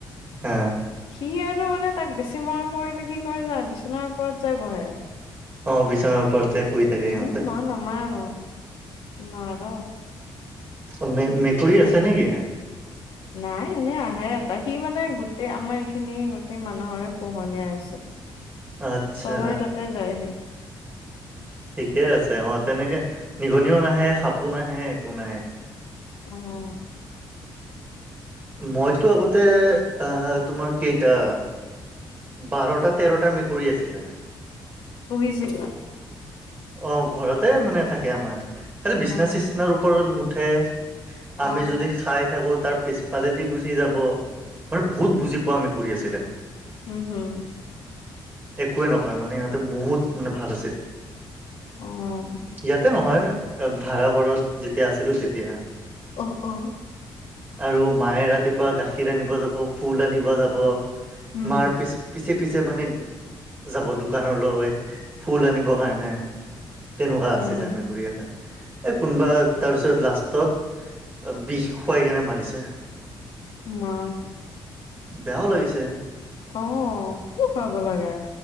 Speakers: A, on the right; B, on the left.
A: অ'।
B: সি আৰু মানে তাক বেছি মৰম কৰিলে, কি কৰে জানা? বিচনাৰ ওপৰত যাই বহে।
A: অ' বিচনাৰ ওপৰত যাই শুই থাকে
B: উম
A: সিহঁতে।
B: <unintelligible>
A: অ' মে- মেকুৰী আছে নেকি?
B: নাই। এনে আহে এটা। সি মানে গোটেই আমাৰ এইখিনি গোটেই মানুহৰে পোহনীয়া হৈছে।
A: আচ্ছা।
B: চবৰে তাতে যায়হি
A: ঠিকে আছে। অ' তেনেকে নিগনিও নাহে, সাপো নাহে, একো নাই।
B: অ'।
A: মইতো আগতে অ'- তোমাৰ কেইটা বাৰটা-তেৰটা মেকুৰী আছিলে।
B: অভিযে কোৱা।
A: অ' ঘৰতে মানে থাকে আমাৰ। খালি বিচনা-চিচনাৰ
B: অ
A: ওপৰত নুঠে।
B: অ
A: আমি যদি খাই থাকোঁ, তাৰ পিছফালেদি গুচি যাব। মান বহুত বুজি পোৱা মেকুৰী আছিলে।
B: উম-হুম।
A: একোৱেই নকৰে মানে, ইহঁতে বহুত মানে ভাল আছিল।
B: অ'।
A: ইয়াতে নহয়, ভাড়াঘৰত। যেতিয়া আছিলো, তেতিয়া।
B: অ অ
A: আৰু মায়ে ৰাতিপুৱা গাখীৰ আনিব যাব, ফুল আনিব যাব।
B: উম
A: মাৰ পি পিছে - পিছে মানে যাব, দোকানলৈ, ফুল আনিবৰ কাৰণে। তেনেকুৱা
B: উম
A: আছিলে মেকুৰী কেইটা। এ কোনোবা তাৰপিছত লাষ্টত বিষ খুৱাইকেনে মাৰিছে।
B: মা
A: বেয়াও লাগিছে।
B: অ'। কিয় খুৱাব লাগে?